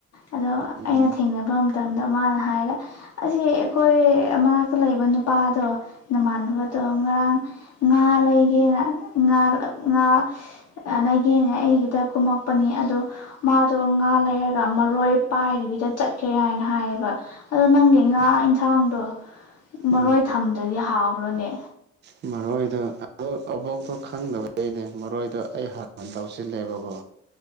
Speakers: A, on the left (about 55°); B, on the right (about 35°).
A: ꯑꯗꯣ
B: ꯎꯝ
A: ꯑꯩꯅ ꯊꯦꯡꯅꯕ ꯃꯇꯝꯗ ꯃꯥꯅ ꯍꯥꯏꯔꯦ ꯑꯁꯤ ꯑꯩꯈꯣꯏ ꯃꯅꯥꯛꯇ ꯂꯩꯕꯅꯤ ꯅꯨꯄꯥꯗꯣ ꯅꯃꯥꯟꯅꯕꯗꯣ ꯉꯔꯥꯡ ꯉꯥ ꯂꯩꯒꯦꯅ ꯉꯥꯥ <unintelligible> ꯌꯦꯅ ꯑꯩꯒꯤꯗ ꯀꯨꯝꯃꯛꯄꯅꯤ ꯑꯗꯣ ꯃꯥꯗꯣ ꯉꯥ ꯂꯩꯔꯒ ꯃꯔꯣꯏ ꯄꯥꯏꯗꯕꯤꯗ ꯆꯠꯈꯔꯦ ꯀꯩ ꯍꯥꯏꯅ ꯍꯥꯏꯌꯦꯕ ꯑꯗꯣ ꯅꯪꯒꯤ ꯉꯥ ꯌꯦꯟꯁꯥꯡꯗꯣ ꯃꯔꯣꯏ
B: ꯎꯝ
A: ꯊꯝꯗ꯭ꯔꯗꯤ ꯍꯥꯎꯔꯣꯏꯅꯦ
B: ꯃꯔꯣꯏꯗꯣ ꯑꯗꯨ ꯑꯕꯣꯛꯇꯣ ꯈꯪꯗꯕꯩꯅꯦ ꯃꯔꯣꯏꯗꯣ ꯑꯩ ꯍꯥꯟꯅ ꯂꯧꯁꯤꯜꯂꯦꯕꯀꯣ